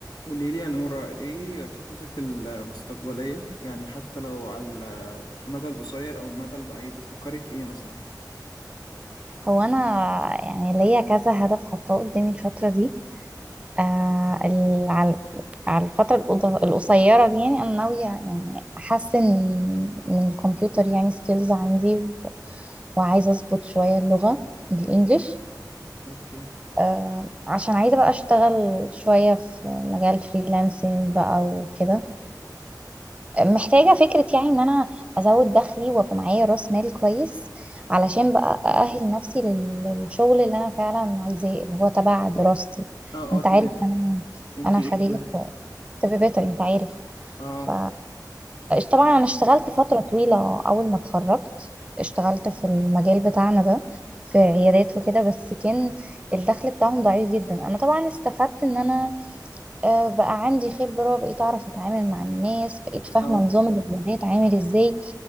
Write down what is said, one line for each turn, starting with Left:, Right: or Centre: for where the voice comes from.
Left: قولي لي يا نورة ايه خططك المستقبلية يعني حتى لو على المدى القصير او المدى البعيد بتفكري في ايه مثلا
Right: هو انا يعني ليا كذا هدف حاطاه قدامي الفتره دي آه ال- على على الفتره القض- القصيره دي يعني انا ناويه يعني احسن من الكمبيوتر يعني سكيلز عندي و- وعايزه اظبط شويه اللغه الانجليش
Left: اوكي
Right: آه عشان عايزه بقى اشتغل شويه في مجال فريلانسنج بقى وكده محتاجة فكرة يعني ان انا ازود دخلي وابقى معايا راس مال كويس علشان بقى اأهل نفسي لل- للشغل اللي انا فعلا عايزاه اللي هو تبع دراستي
Left: اه
Right: انت
Left: اه تمام
Right: عارف انا
Left: انت
Right: انا
Left: ايه
Right: خريجة
Left: ب...
Right: طب بيطري انت عارف
Left: اه
Right: ف طبعا انا اشتغلت فترة طويلة اول ما اتخرجت اشتغلت في المجال بتاعنا ده في عيادات وكده بس كان الدخل بتاعهم ضعيف جدا انا طبعا استفدت ان انا آه، بقى عندي خبرة بقيت أعرف أتعامل مع الناس بقيت فاهمة
Left: اه
Right: نظام العيادات عامل إزاي